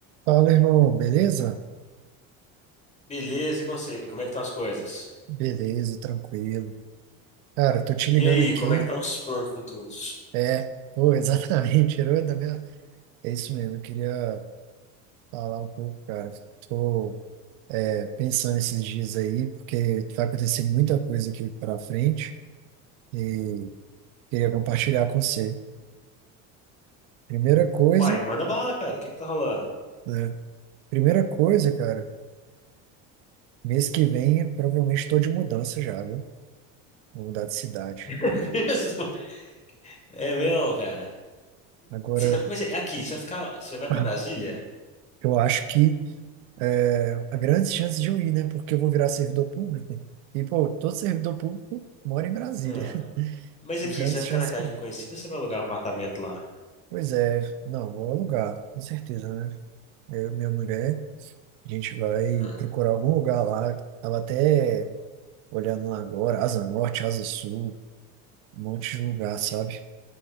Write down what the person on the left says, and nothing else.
Beleza, e com você? Como é que estão as coisas?
E
aí,
como é que estão os planos futuros?
Uai, manda bala, cara. O que que tá rolando?
<laughs> É Mesmo? É mesmo, cara.
Cê- mas é, aqui, você vai ficar, você vai pra
Brasília?
Ah,
Mas aqui,
você vai
ficar na casa
de um conhecido ou você vai alugar um apartamento lá?
Ah,